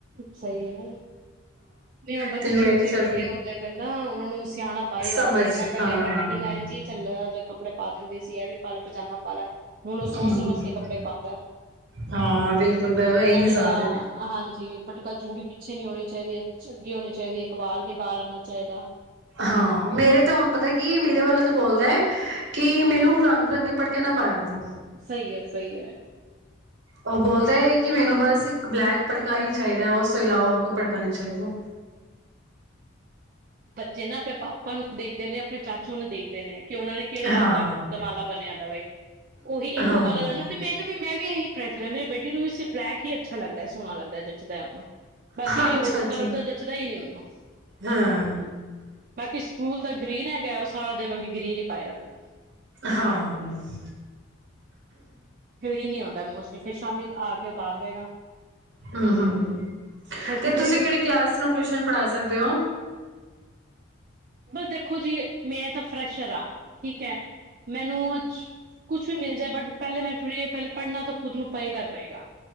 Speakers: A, on the right; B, on the right.
A: ਸਹੀ ਹੈ, ਨਹੀਂ ਹ ਬੱਚੇ
B: ਤੇ ਮੈਂ
A: ਜਿਵੇਂ
B: ਕਿਹਾ
A: ਜਿਵੇਂ ਵੱਡੇ
B: ਚੱਲ
A: ਹੁੰਦੇ ਆ ਪਏ ਨਾ, ਉਹਨਾਂ ਨੂੰ ਸਿਆਣਾ ਪਾਈ ਜਾ
B: ਸਮਝ
A: ਰਹੀ ਹੈ। ਮੈਂ ਪਹਿਲੇ
B: ਹਾਂ
A: ਆਪਣੇ
B: ਹਾਂ।
A: ਬੇਟੇ ਨੂੰ ਐਨ ਜੀ ਚੱਲ ਜੋ ਕੱਪੜੇ ਪਾ ਦਿੰਦੀ ਸੀ। ਵੀ ਪਾਲਾ ਪਜਾਮਾ ਪਾ ਲਾ। ਹੁਣ ਸੋਚ
B: ਹਮ,
A: ਸਮਝ ਕੇ ਕੱਪੜੇ ਪਾਉਂਦਾ।
B: ਹਾਂ ਬਿਲਕੁਲ ਬ ਇਹੀ
A: ਅਟਕਾ
B: ਹਿਸਾਬ ਹੈ।
A: ਹਾਂਜੀ। ਜੂੜੀ ਪਿੱਛੇ ਨੀ ਹੋਣੀ ਚਾਹੀਦੀ ਹੈ, ਚੰਗੀ ਹੋਣੀ ਚਾਹੀਦੀ ਹੈ। ਵਾਲ ਨੀ ਬਾਹਰ ਆਣਾ ਚਾਹੀਦਾ।
B: ਹਾਂ, ਮੇਰੇ ਤਾਂ ਹੁਣ ਪਤਾ ਕੀ ਮੇਰੇ ਵਾ ਤੇ ਬੋਲਦਾ ਹੈ, ਕਿ, ਮੈਨੂੰ ਰੰਗ ਬਿਰੰਗੇ ਪਟਕੇ ਨਾ ਪਾਇਆ ਕਰੋ।
A: ਸਹੀ ਹੈ ਸਹੀ ਹੈ।
B: ਉਹ ਬੋਲਦਾ ਹੈ, ਕਿ ਮੈਨੂੰ ਬਸ ਇੱਕ ਬਲੈਕ ਪਟਕਾ ਹੀ ਚਾਹੀਦਾ। ਉਸ ਤੋਂ ਇਲਾਵਾ ਹੋਰ ਕੋਈ ਪਟਕਾ ਨਹੀਂ ਚਾਹੀਦਾ।
A: ਬੱਚੇ ਨਾ ਆਪਣੇ ਪਾਪਾ ਨੂੰ ਦੇਖਦੇ ਨੇ ਆਪਣੇ ਚਾਚੂ ਨੂੰ ਦੇਖਦੇ ਨੇ। ਕਿ ਉਹਨਾਂ ਨੇ ਕਿਹੜੇ ਰੰਗ
B: ਹਾਂ
A: ਦਾ ਦਮਾਲਾ ਬਣਿਆ ਜਾਵੇ ਉਹੀ ਇੱਕੋ
B: ਹਾਂ
A: ਕਲਰ ਹੈ ਨਾ ਤੇ ਮੈਨੂੰ ਵੀ ਮੈਂ, ਵੀ ਇਹੀ ਪ੍ਰੈਫਰ ਹ ਮੇਰੇ ਬੇਟੇ ਨੂੰ ਇਸ ਬਲੈਕ ਹੀ ਅੱਛਾ ਲੱਗਦਾ ਸੋਹਣਾ ਲੱਗਦਾ ਜੱਚਦਾ ਉਹਨੂੰ ਬਾਕੀ
B: ਅੱਛਾ
A: ਕੋਈ ਹੋਰ
B: ਅੱਛਾ
A: ਕਲਰ ਦਾ ਜੱਚਦਾ ਹੀ ਨਹੀਂ ੳਹਨੂੰ।
B: ਹਾਂ।
A: ਬਾਕੀ ਸਕੂਲ ਜ ਗ੍ਰੀਨ ਹੈਗਾ ਉਹ ਸਾਰਾ ਦਿਨ ਉਹੀਂ ਗ੍ਰੀਨ ਹੀ ਪਾਏ ਰਗਦਾ।
B: ਹਾਂ ਹੂੰ
A: ਗਰਿਨ ਈ ਆਉਂਦਾ, ਮੋਸਟਲੀ ਫਿਰ ਸ਼ਾਮੀ ਆਕੇ ਉਤਾਰ ਦੇਗਾ।
B: ਹਮ, ਹਮ ਹ
A: ਬਸ
B: ਤੇ
A: ਕਿਧਰੇ
B: ਤੁਸੀਂ
A: ਵੀ
B: ਕਿਹੜੀ ਕਲਾਸ ਨੂੰ ਟਿਊਸ਼ਨ ਪੜ੍ਹਾ ਸਕਦੇ ਹੋ।
A: ਬਸ ਦੇਖੋ ਜੀ ਮੈਂ ਤਾਂ ਫਰੈਸ਼ਰ ਹਾਂ ਠੀਕ ਹੈ, ਮੈਨੂੰ ਕੁਛ ਵੀ ਮਿਲ ਜਾਏ, ਬਟ ਪਹਿਲੇ ਮੈ ਪਹਿ ਪੜ੍ਹਨਾ ਤਾਂ ਖੁਦ ਨੂੰ ਪਏਗਾ ਪਏਗਾ,